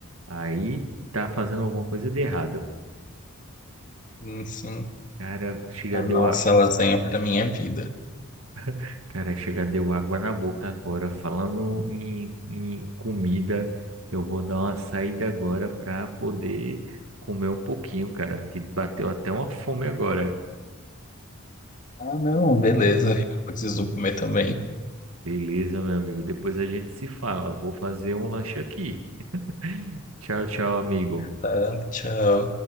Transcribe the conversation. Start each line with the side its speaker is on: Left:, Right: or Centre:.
Right: aí tá fazendo alguma coisa de errado.
Left: Enfim,
Right: Cara, chega
Left: a
Right: deu
Left: nossa
Right: a...
Left: lasanha pra minha vida.
Right: <laughs> Cara, chega deu água na boca agora. Falando em, em comida, eu vou dar uma saída agora para poder comer um pouquinho, cara, que bateu até uma fome agora.
Left: Ah, não, beleza. Eu preciso comer também.
Right: Beleza, meu amigo. Depois a gente se fala. Vou fazer um lanche aqui. <gasps> <laughs> Tchau, tchau, amigo.
Left: Tá, tchau.